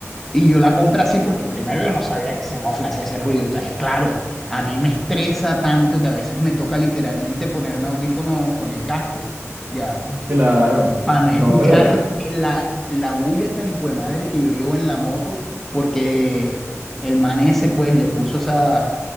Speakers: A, in the centre; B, on the right.
A: Y yo la compré así porque primero yo no sabía que ese mofle hacía ese ruido. Entonces, claro, a mí me estresa tanto que a veces me toca literalmente ponerme audífonos con el casco. Ya
B: claro.
A: para no escuchar
B: No, pero
A: eh, la, la bulla tan hijo de madre que yo llevo en la moto, porque el man ese pues le puso esa,